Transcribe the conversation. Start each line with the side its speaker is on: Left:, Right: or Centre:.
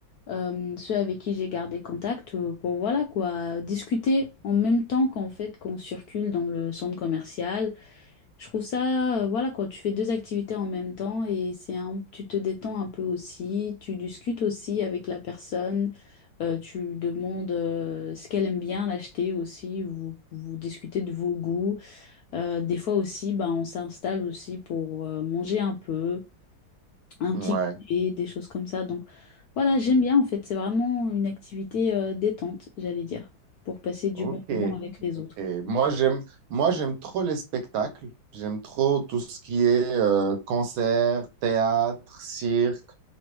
Left: euh, ceux avec qui j'ai gardé contact, euh, pour voilà quoi, discuter en même temps qu'en fait qu'on circule dans le centre commercial je trouve ça, euh, voilà quoi, tu fais deux activités en même temps et c'est un, tu te détends un peu aussi, tu discutes aussi avec la personne, euh, tu demandes euh, ce qu'elle aime bien l'acheter aussi, vous, vous discutez de vos goûts. Euh, des fois aussi, ben, on s'installe aussi pour euh, manger un peu, un
Right: Ouais.
Left: petit goûter, des choses comme ça. Donc voilà, j'aime bien en fait, c'est vraiment une activité euh, détente, j'allais dire, pour passer du
Right: Ok,
Left: bon moment avec les
Right: ok.
Left: autres.
Right: Moi, j'aime, moi, j'aime trop les spectacles. J'aime trop tout ce qui est euh, concert, théâtre, cirque,